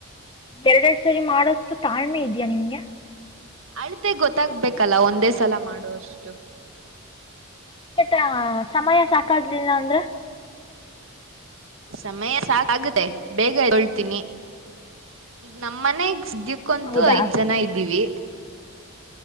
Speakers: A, on the left; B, on the right.
A: ಎರಡೆರಡ್ ಸರಿ ಮಾಡೋಷ್ಟು ತಾಳ್ಮೆ ಇದೆಯಾ ನಿಮ್ಗೆ.
B: ಅಳತೆ ಗೊತ್ತಾಗ್ಬೇಕಲ್ಲ ಒಂದೇ ಸಲ ಮಾಡೋಷ್ಟು.
A: ತ್ರ ಸಮಯ ಸಾಕಾಗ್ಲಿಲ್ಲ ಅಂದ್ರ.
B: ಸಮಯ ಸಾ ಆಗುತ್ತೆ ಬೇಗೊಳ್ತೀನಿ <unintelligible> ಈಗ ನಮ್ಮ ಮನೆಗ್ ಕ್ಕಂತು
A: ಹೌದಾ
B: ಐದ್ ಜನ ಇದೀವಿ.